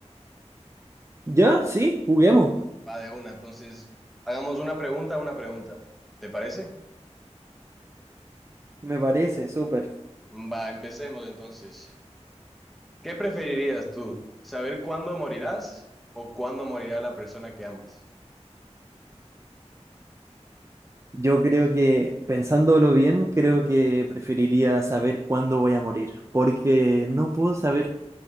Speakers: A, on the right (about 25°); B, in the centre.
A: Ya, sí, juguemos.
B: Va de una, entonces hagamos una pregunta, una pregunta. ¿Te parece?
A: Me parece, súper.
B: Va, empecemos entonces. ¿Qué preferirías tú? ¿Saber cuándo morirás o cuándo morirá la persona que amas?
A: Yo creo que, pensándolo bien, creo que preferiría saber cuándo voy a morir, porque no puedo saber